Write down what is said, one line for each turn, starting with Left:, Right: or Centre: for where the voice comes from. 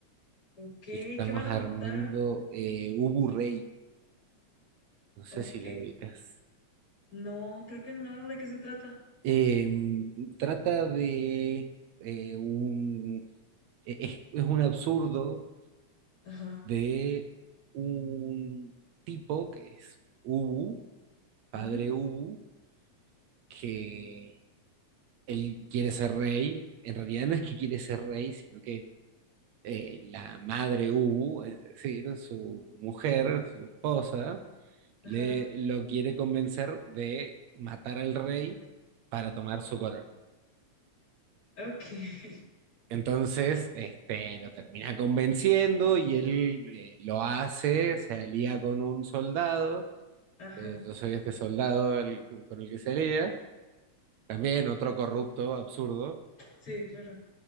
Left: Ok, ¿qué
Right: y estamos
Left: van a
Right: armando
Left: montar?
Right: eh, Ubu Rey. No
Left: Ok.
Right: sé si la ubicas.
Left: No, creo que no, ¿de qué se trata?
Right: Em, trata de eh, un... e- Es, es un absurdo
Left: Ajá.
Right: de un tipo que es Ubu, padre
Left: ujú,
Right: Ubu, que él quiere ser rey. En realidad no es que quiere ser rey, sino que eh, la madre Ubu, es decir, su mujer, su esposa,
Left: Ajá.
Right: le, lo quiere convencer de matar al rey para tomar su corona.
Left: Ok. <laughs>
Right: Entonces, este, lo termina convenciendo y él eh, lo hace, se alía con un soldado,
Left: Ajá.
Right: eh, yo soy este soldado al- con el que se alía, también otro corrupto, absurdo,
Left: Sí, claro.